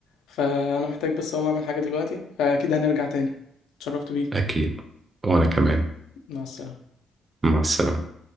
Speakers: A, on the left; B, on the right.
A: فأنا محتاج بس أقوم أعمل حاجة دلوقتي فأكيد هنرجع تاني اتشرفت بيك
B: اكيد وانا كمان
A: أكيد مع السلامة
B: مع السلامه